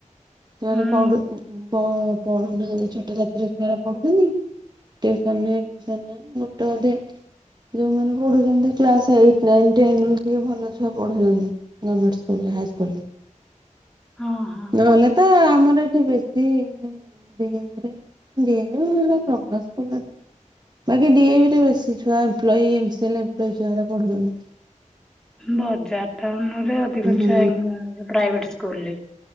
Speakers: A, on the right; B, in the centre.
A: ସେମାନେେ
B: ହୁଁ
A: ପଢୁ ପ-ପଢୁ ନାହାନ୍ତି ଛୋଟ ଜାତିର ହେଉଡା ପଢୁଛନ୍ତି କି, ଟିଭସନ ଫିଉସନ ନାହିଁ। ଗୋଟେ ଅଧେ ଯୋଉମାନେ ପଢୁଚ଼ନ୍ତି କ୍ଲାସ୍ ଏଇଟି ନାଇନ୍ ଟେନ୍ ରୁ ଟିକେ ଭଲ ଛୁଆ ପଢୁଚନ୍ତି। ଗମେଣ୍ଟ ସ୍କୁଲ୍ ରେ ହାଇ ସ୍କୁଲ୍ ରେ।
B: ହଁ ହଁ
A: ନହେଲେ ତ ଆମର ଏଠି ବେଶୀ <inaudible> ଡିଏଭି <unintelligible> ସ୍କୁଲ୍ ରେ ବାକି ଡିଏବି ରେ ବେଶି ଛୁଆ employee, M C L, employee ଛୁଆ ଗୁରା ପଢୁଚନ୍ତି।
B: ବଜାର ଟାଉନ୍ ରେ ଅଧିକ
A: ହୁଁ
B: ଛୁଆ ଏଇନେ ପ୍ରାଇଭେଟ୍ ସ୍କୁଲ୍ ରେ।